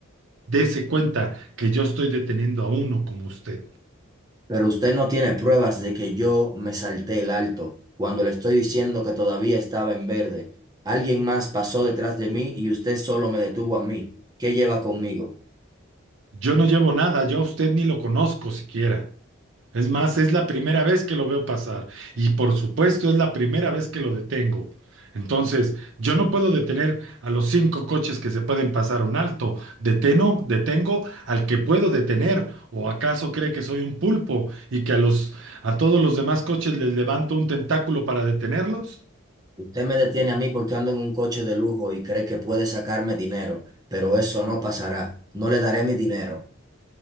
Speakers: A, on the right; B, on the right.
A: dese cuenta que yo estoy deteniendo a uno como usted.
B: Pero usted no tiene pruebas de que yo me salté el alto cuando le estoy diciendo que todavía estaba en verde. Alguien más pasó detrás de mí y usted solo me detuvo a mí. ¿Qué lleva conmigo?
A: Yo no llevo nada, yo a usted ni lo conozco siquiera. Es más, es la primera vez que lo veo pasar y por supuesto es la primera vez que lo detengo. Entonces, yo no puedo detener a los cinco coches que se pueden pasar un alto. Deteno, detengo al que puedo detener. ¿O acaso cree que soy un pulpo y que a los a todos los demás coches les levanto un tentáculo para detenerlos?
B: Usted me detiene a mí porque ando en un coche de lujo y cree que puede sacarme dinero, pero eso no pasará. No le daré mi dinero.